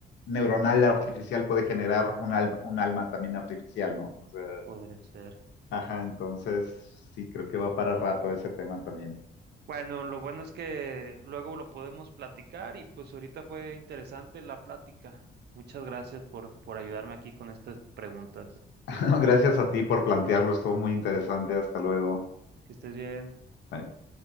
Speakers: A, on the left; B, on the right.
A: neuronal artificial puede generar un, al- un alma también artificial, ¿no? O sea,
B: podría ser.
A: Ajá, entonces sí, creo que va para rato ese tema también.
B: Bueno, lo bueno es que luego lo podemos platicar y pues ahorita fue interesante la plática. Muchas gracias por, por ayudarme aquí con estas preguntas.
A: <laughs> Gracias a ti por plantearlo, estuvo muy interesante. Hasta luego.
B: Que estés bien.
A: Bye.